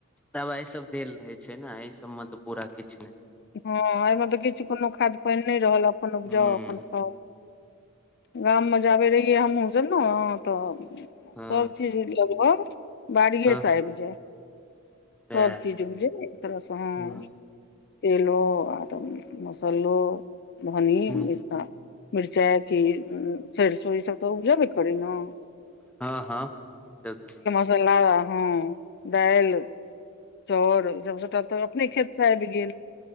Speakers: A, in the centre; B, on the left.
A: दवाइ सब देल रहय छैई न एहि सब मे तऽ पूरा किछ नेई --
B: हँ एहिमे तऽ किछ कोनो खाद पेईन नेई रहल अपन उपजाउ
A: हूँ
B: अपन खाउ- - गाम मे जाबे रहियै हमहूँ सब न तऽ
A: हँ
B: सभ चीज लगभग -- बाड़िेये
A: हँ
B: से
A: हँ
B: आबि जाय
A: सैह
B: सब चीज उपजै एक तरहसँ हँ।
A: हूँ
B: ऐलो आर मे मसलो धनी
A: हूँ
B: मिना- - मिरचाइ के सरसो ई सब तऽ उपजबे करै न- -
A: हँ हँ सब ठिइ
B: पलाउ हँ दाईल- - चाउर ई सब सबटा तऽ अपने खेतसँ आबि गेल।